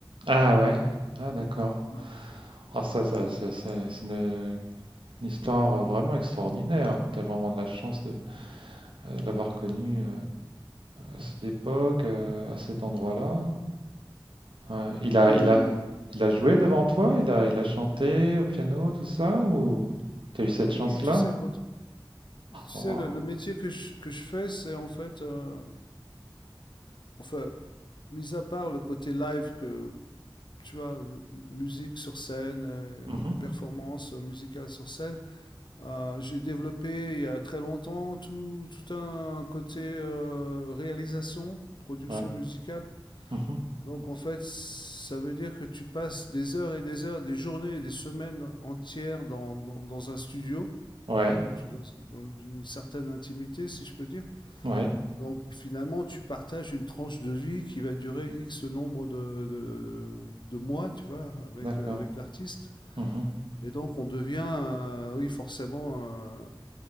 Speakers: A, on the right (about 80°); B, on the left (about 65°).
A: Ah ouais. Ah d'accord.
B: Ouais.
A: Ah ça ça ça ça c'est une, une histoire, heu, vraiment extraordinaire. T'as vraiment de la chance de, heu, de l'avoir connu, heu, à cette époque, heu, à cet endroit-là. Ouais. Il a
B: Le,
A: il a il a joué devant toi? Il a il a chanté au piano, tout ça ou t'as eu cette
B: bah
A: chance-là?
B: oui, tu sais, quand, tu sais,
A: Oh waouh.
B: le, le métier que je, que je fais, c'est en fait, euh, enfin, mis à part le côté live que tu vois, musique sur scène, euh,
A: Mhm.
B: performance musicale sur scène. Euh, j'ai développé il y a très longtemps tout, tout un côté euh, réalisation, production
A: Ouais.
B: musicale.
A: Mhm.
B: Donc en fait, ça veut dire que tu passes des heures et des heures, des journées et des semaines entières dans, dans- dans un studio,
A: Ouais.
B: donc tu dans, dans une certaine intimité, si je peux dire.
A: Ouais.
B: Donc finalement, tu partages une tranche de vie qui va durer X nombre de, de, de mois, tu vois, avec,
A: D'accord.
B: euh, avec l'artiste.
A: Mhm.
B: Et donc on devient, euh, oui, forcément euh,